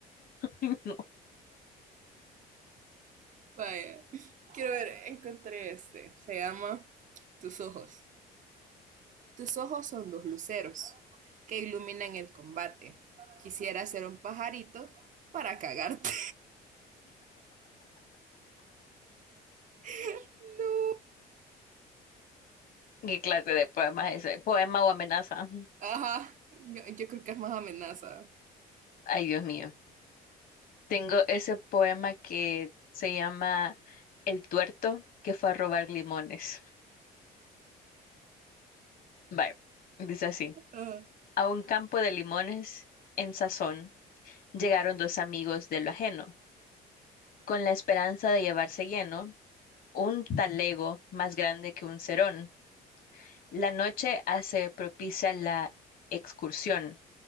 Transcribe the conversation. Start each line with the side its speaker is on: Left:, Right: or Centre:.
Left: No.
Right: Vaya. Quiero ver, encontré este. Se llama Tus ojos. Tus ojos son dos luceros que iluminan el combate. Quisiera ser un pajarito para cagarte. <laughs> No.
Left: ¿Qué clase de poema es ese? ¿Poema o amenaza?
Right: Ajá. Yo, yo creo que es más amenaza.
Left: Ay, Dios mío. Tengo ese poema que se llama El tuerto que fue a robar limones. Bye. Dice así.
Right: Ah,
Left: A un campo de limones en sazón llegaron dos amigos de lo ajeno, con la esperanza de llevarse lleno un talego más grande que un cerón. La noche hace propicia la excursión.